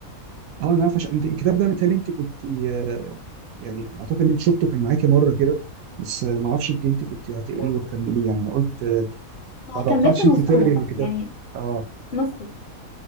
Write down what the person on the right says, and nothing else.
اه انا عارف عشان انت الكتاب ده مثال انت كنت آه، يعني اعتقد ان انت شفته كان معاكي مره كده بس آه، ما اعرفش انت انت كنت هتقريه
وتكمليه يعني انا قلت آه، ما توقعتش
انت تقري الكتاب
اه